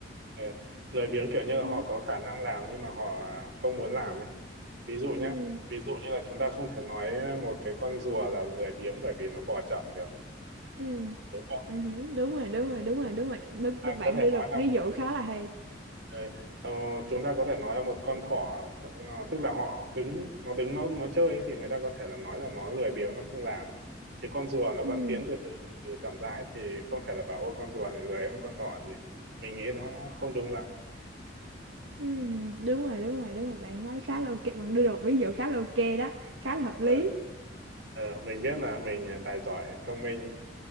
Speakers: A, on the right; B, on the right.
A: Ừ. lười biếng kiểu như là
B: ừ
A: họ có khả năng làm nhưng mà họ không muốn làm ấy ví dụ nhá
B: ừ
A: ví dụ như là chúng ta không thể nói một cái con rùa là lười biếng bởi vì nó bò chậm được
B: ừ
A: đúng không
B: Ừ, hử, đúng rồi đúng rồi đúng rồi đúng rồi đúng,
A: ta
B: đúng bạn
A: có thể
B: đưa
A: nói
B: được
A: là
B: ví
A: một
B: dụ khá là hay
A: ờ, ờ, chúng ta có thể nói là một con thỏ ờ, tức là họ đứng nó đứng nó nó chơi ấy, thì người ta có thể là nói là nó lười biếng nó không làm chứ con rùa nó vẫn
B: ừ
A: tiến từ từ từ chậm rãi thì không thể là bảo ôi con rùa này lười hơn con thỏ thì mình nghĩ nó không đúng lắm
B: Ừ, đúng rồi đúng rồi đúng rồi bạn nói khá là ok bạn đưa được ví dụ khá là ok đó khá là hợp lý
A: Ờ, Ờ, mình biết là mình à, tài giỏi thông minh